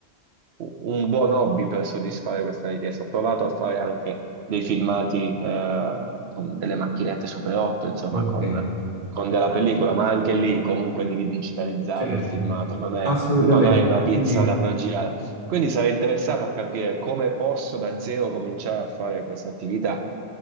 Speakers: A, on the right (about 75°); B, on the right (about 35°).
A: un buon hobby per soddisfare questa richiesta. Ho provato a fare anche dei filmati eh, con delle macchinette Super 8, insomma,
B: Ok,
A: con con della pellicola, ma anche lì comunque devi digitalizzarlo
B: certo,
A: il filmato, non è-
B: assolutamente.
A: non hai una pizza
B: Quindi...
A: da far girare. Quindi sarei interessato a capire come posso da zero cominciare a fare questa attività.